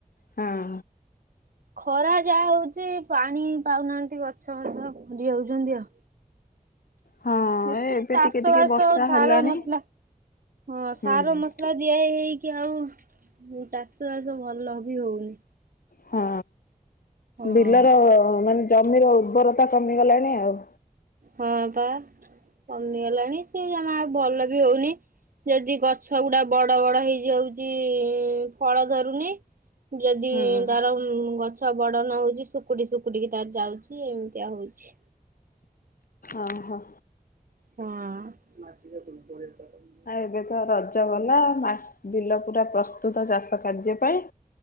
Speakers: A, on the left; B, on the right.
A: ହଁ।
B: ଖରା ଯାହା ହଉଚି ପାଣି ପାଉନାହାଁନ୍ତି ଗଛ ଫଛ ରି ଯାଉଛନ୍ତି ଆଉ।
A: ହଁ
B: ଏଥିରେ
A: ଏବେ
B: ଚାଷ
A: ଟିକେ ଟିକେ
B: ବାସ
A: ବର୍ଷା
B: ଆଉ ଛାର
A: ହେଲାଣି।
B: ମସଲା ହଁ ସାର
A: ହୁଁ।
B: ମସ ସଲା ଦିଆ ହେଇ ହେଇକି ଆଉ ଚାଷ ବାସ ଭଲ ବି ହଉନି।
A: ହଁ
B: ହଁ
A: ବିଲର ମାନେ ଜମିର ଉର୍ବରତା କମିଗଲାଣି ଆଉ।
B: ହଁ ବା କମିଗଲାଣି ସେ ଜମା ଆଉ ଭଲ ବି ହଉନି। ଯଦି ଗଛ ଗୁଡା ବଡ ବଡ ହେଇଯାଉଛି ଫଳ ଧରୁନି। ଯଦି
A: ହୁଁ।
B: ଧର ଗଛ ବଡ ନ ହଉଚି ଶୁକୁଟି ଶୁକୁଟି କି ତାର ଯାଉଚି ଏମତିଆ ହଉଚି।
A: ଓ ହୋ।
B: ହଁ।
A: ଆ ଏବେ ତ ରଜ ଗଲା ମା ବିଲ ପୁରା ପ୍ରସ୍ତୁତ ଚାଷ କାର୍ଯ୍ୟ ପାଇଁ।